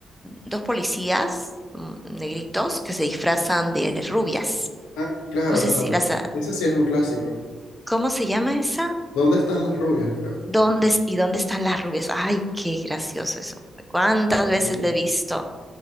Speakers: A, in the centre; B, on the left.
A: dos policías mm, negritos que se disfrazan de rubias.
B: Ah, claro,
A: No sé
B: claro.
A: si las... ha-
B: Ese sí es un clásico.
A: ¿Cómo se llama esa?
B: ¿Dónde están las rubias, creo?
A: ¿Dónde es- y dónde están las rubias? Ay, qué gracioso eso. ¿Cuántas veces
B: <laughs>
A: lo he visto?